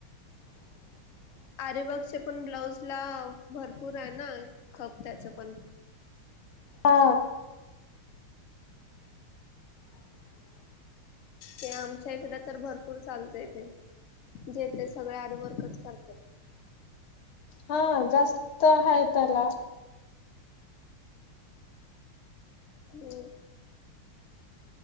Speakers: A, on the left (about 80°); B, on the left (about 45°).
A: ह
B: आरबागचे पण ब्लाऊज ला भरपूर आहे ना खप त्याचं पण
A: हा हा
B: ते आमच्या इकडे तर भरपूर चालतंय ते जेेते सगळे आरी वर्कच करत
A: हा जाास्त हाय त्याला
B: हो